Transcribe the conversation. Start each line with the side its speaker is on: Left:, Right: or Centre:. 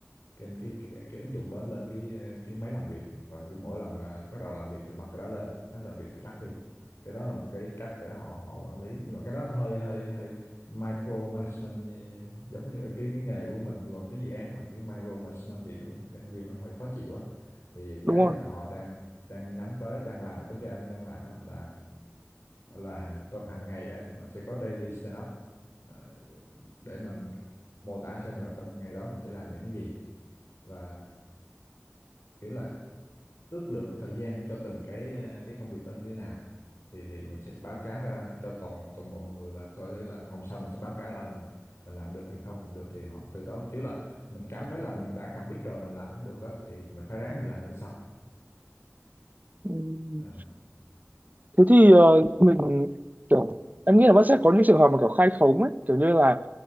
Left: cái cái, cái, cái ứng dụng đó lên cái ờ, cái máy làm việc và cứ mỗi lần ờ, bắt đầu làm việc thì bật cái đó lên hết làm việc thì tắt đi cái đó là một cái cách để họ họ quản lý nhưng mà cái đó nó hơi hơi hơi micro management như, giống như ờ, cái cái nghề của mình quản lý dự án mà kiểu micro management thì nó nhân viên nó hơi khó chịu á thì
Right: đúng
Left: cái
Right: không
Left: mà họ đang đang nhắm tới đang làm ở công ty anh đang làm á là là hàng tu- hàng ngày á thì mình sẽ có daily stand up ờ, để mình mô tả xem là trong ngày đó mình sẽ làm những cái gì và kiểu là ước lượng thời gian cho từng cái ờ, cái công việc đó như thế nào thì thì mình sẽ báo cáo ra cho toàn toàn bộ mọi người và coi đấy là hôm sau mình sẽ báo cáo lại mình mình làm được hay không không được thì họ từ đó kiểu là mình cảm thấy là mình đã commit rồi mà làm không được á thì mình phải ráng mình làm cho nó xong
Right: Ừm,
Left: à,
Right: thế thì ờ, mình kiểu em nghĩ là vẫn sẽ có những trường hợp mà kiểu khai khống ấy kiểu như là